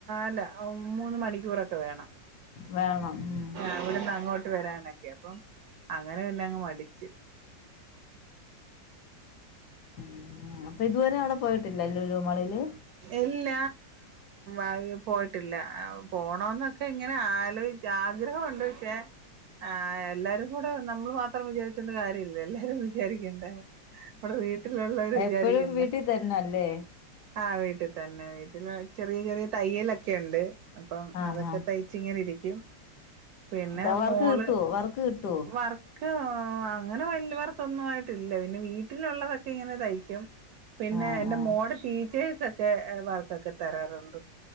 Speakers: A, on the right; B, on the left.
A: അല്ല മൂന്ന് മണിക്കൂറൊക്കെ വേണം.
B: വേണം ഉം.
A: അവിടുന്ന് അങ്ങോട്ട് വരാനൊക്കെ അപ്പം അങ്ങനെ പിന്നങ്ങ് മടിച്ച്.
B: ഉം അപ്പൊ ഇതുവരെ അവ്ടെ പോയിട്ടില്ലേ ലുലൂ മാളില്?
A: ഇല്ല ആഹ് പോയ്ട്ടില്ല പോണോന്നൊക്കെ ഇങ്ങനെ ആലോയ് ആഗ്രഹണ്ട് പക്ഷെ? ആഹ് എല്ലാരും കൂടെ നമ്മൾ മാത്രം വിചാരിച്ചോണ്ട് കാര്യല്ലല്ലെ എല്ലാരും വിചാരിക്കണ്ടേ. നമ്മടെ വീട്ടിലുള്ളവര്
B: എപ്പഴും
A: വിചാരിക്കണ്ടേ
B: വീട്ടി തന്നെല്ലേ?
A: ആഹ് വീട്ടിതന്നെ വീട്ടില് ചെറീയൊരു തയ്യലൊക്കെ ഉണ്ട് അപ്പം
B: ആഹ്
A: അതൊക്കെ ത യ്ച്ചിങ്ങനെ ഇരിക്കും പിന്നെ
B: ആഹ് വർക്ക്
A: മോള്
B: കിട്ടുവോ വർക്ക് കിട്ടുവോ
A: വർ ക്ക് ആഹ് അങ്ങനെ വല്ല്യ വർക്കൊന്നും ആയിട്ടില്ല പിന്നെ വീട്ടിലുള്ളതൊക്കെ ഇങ്ങനെ തയ്ക്കും. പിന്നെ
B: ആഹ്
A: എന്റെ
B: ആഹ്
A: മോടെ ശീച്ചേഴ്സൊക്കെ വർക്കൊക്കെ തരാറൊണ്ട്